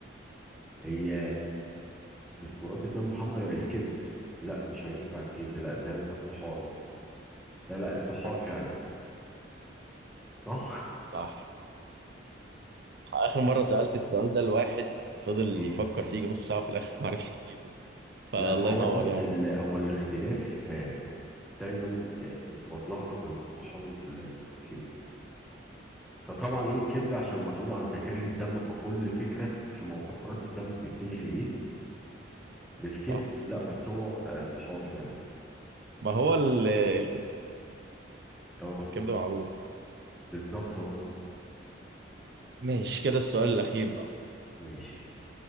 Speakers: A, in the centre; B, on the right.
A: هي الكرات الدم الحمراء الكبد لا مش هينفع الكبد لا ده هو الطحالة لا لا الطحال
B: صح
A: فعلا صح
B: صح اخر مره سالت السؤال ده لواحد فضل
A: مم.
B: يفكر فيه نص ساعه في الاخر <laughs> ما عرفش يجيبه فالله
A: لا ما
B: ينور
A: هو بص
B: يعني
A: ال... هو الاختلاف آه، دايما آه، كنت بتلخبط ما بين الطحال وال- والكبد فطبعا ايه الكبد عشان مسؤول عن تكرير الدم فكل فكرة في موضوع كرات الدم بيتجه لايه للكبد
B: صح
A: لا
B: صح
A: بس هو آه، الطحال فعلا
B: ما هو ال- الكبده
A: اه
B: الكبده معروف
A: بالظبط اه
B: ماشي كده السؤال الاخير بقى
A: ماشي